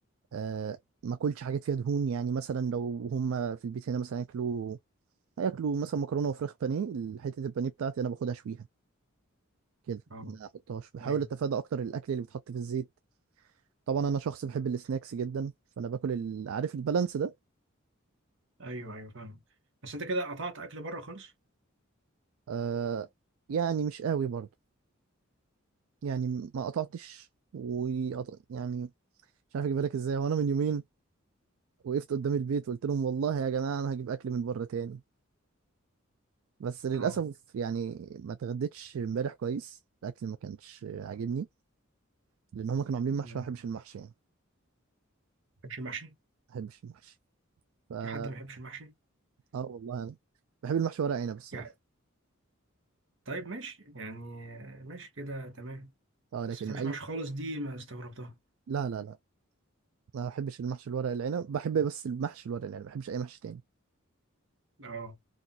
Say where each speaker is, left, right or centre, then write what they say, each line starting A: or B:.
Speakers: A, on the right; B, on the right.
A: آه ما اكلش حاجات فيها دهون يعني مثلا لو هم في البيت هنا مثلا ياكلوا هياكلوا مثلا مكرونه وفراخ بانيه حته البانيه بتاعتي انا باخدها شويها كده
B: اه
A: ما احطهاش بحاول
B: ايوه
A: اتفادى اكتر الاكل اللي بيتحط في الزيت طبعا انا شخص بحب السناكس جدا فانا باكل ال- عارف البالانس ده
B: ايوه ايوه فاهم بس انت كده قطعت اكل بره خالص
A: آه يعني مش قوي برضو يعني ما قطعتش وقط... يعني مش عارف اجيبها لك ازاي وانا من يومين وقفت قدام البيت وقلت لهم والله يا جماعه انا هجيب اكل من بره تاني بس للاسف
B: اه
A: يعني ما اتغديتش امبارح كويس الاكل ما كانش عاجبني لان هم كانوا عاملين
B: ما
A: محشي وأنا ما بحبش المحشي يعني
B: بحبش المحشي
A: ما بحبش المحشي ف اه
B: في حد ما بيحبش المحشي
A: والله انا بحب المحشي ورق عنب الصراحه
B: يعني طيب ماشي يعني ماشي كده تمام
A: اه لكن
B: بس ما بتحبش
A: اي
B: المحشي خالص دي ما استغربتها
A: لا لا لا ما بحبش المحشي الورق العنب بحب بس المحشي الورق العنب ما بحبش اي محشي تاني
B: اه